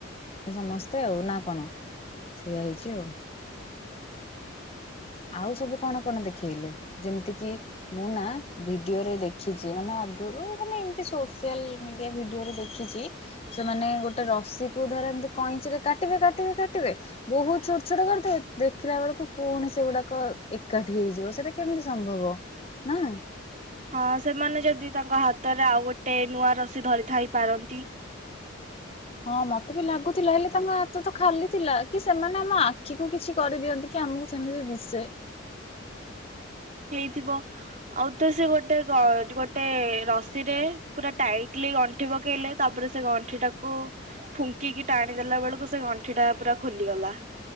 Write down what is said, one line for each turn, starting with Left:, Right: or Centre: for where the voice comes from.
Left: ସମସ୍ତେ ଆଉ ନା କଣ ସେଇୟଆ ହେଇଛି ଆଉ। ଆଉ ସବୁ କଣ କଣ ଦେଖେଇଲେ। ଯେମିତି କି ମୁଁ ନା ଭିଡ଼ିଓରେ ଦେଖିଛି ମାନେ ଆଗରୁ ମାନେ ଏମତି ସୋସିଆଲ ମିଡିଆ ଭିଡିଓରେ ଦେଖିଛି ସେମାନେ ଗୋଟେ ରସିକୁ ଧର ଏମିତି କଇଁଚ ରେ କାଟିବେ କାଟିବେ କାଟିବେ ବହୁତ ଛୋଟ ଛୋଟ କରିଦବେ ଦେଖିଲା ବେଳକୁ ପୁଣି ସେଗୁଡ଼ାକ ଏକାଠି ହେଇଯିବ ସେଟା କେମିତି ସମ୍ଭବ ନା।
Right: ହଁ ସେମାନେ ଯଦି ତାଙ୍କ ହାତରେ ଆଉ ଗୋଟେ ଗୋଟେ ନୂଆ ରସିି ଧରିଥାଇ ପାରନ୍ତି ତି।
Left: ହଁ ମତେ ବି ଲାଗୁଥିଲା ହେଲେ ତାମ ହାତ ତ ଖାଲି ଥିଲା କି ସେମାନେ ଆମ ଆଖିକୁ କିଛି କରିଦିଅନ୍ତି କି ଆମକୁ ସେମିତି ଦିଶେ।
Right: ହେଇଥିବ ଆଉ ତ ସେ ଗୋଟେ ଗୋଟେ ରସିରେ ପୁରା ଟାଇଟଲି ଗଣ୍ଠି ପକେଇଲେ ତାପରେ ସେ ଗଣ୍ଠି ଟାକୁ ଫୁଙ୍କିକି ଟାଣି ଦେଲା ବେଳକୁ ସେ ଗଣ୍ଠି ଟା ପୁରା ଖୋଲିଗଲା।